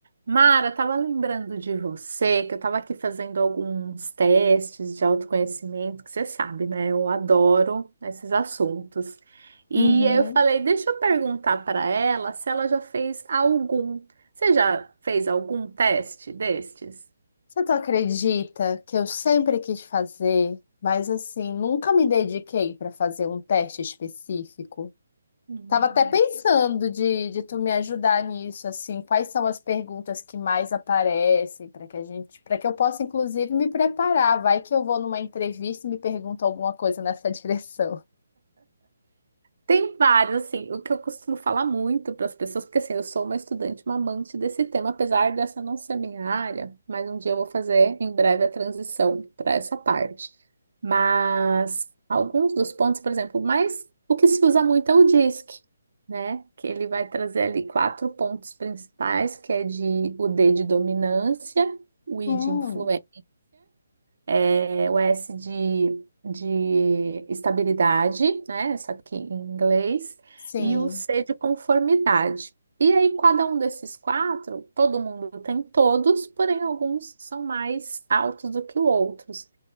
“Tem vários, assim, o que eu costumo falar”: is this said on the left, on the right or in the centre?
Right